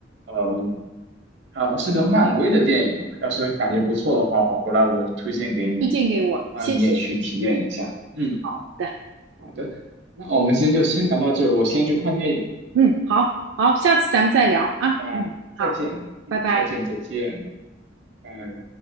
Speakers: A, on the right; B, on the right.
A: 嗯，好像是个漫威的电影嘛，要是感觉不错的话，我回来我推荐给你，
B: 推荐给我，
A: 让你也去体验一下。
B: 谢谢你，
A: 嗯，
B: 好的。
A: 好的，那我们今天就先聊到这儿，我先去看电影，
B: 嗯，好好，下次咱们再聊啊。
A: 吧，
B: 嗯，好，
A: 再见，嗯，
B: 拜拜。
A: 再见，再见，拜。